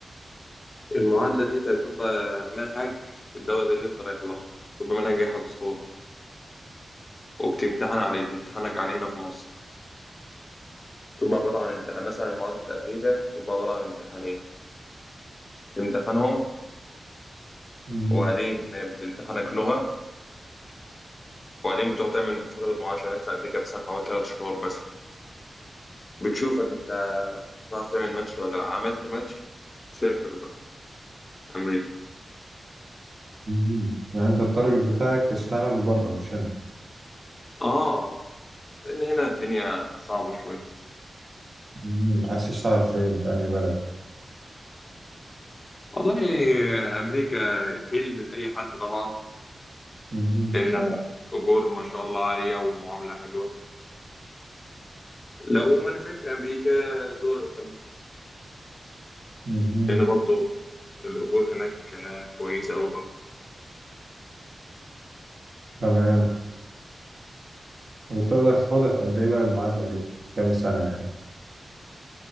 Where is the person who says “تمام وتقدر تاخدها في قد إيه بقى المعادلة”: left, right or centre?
Right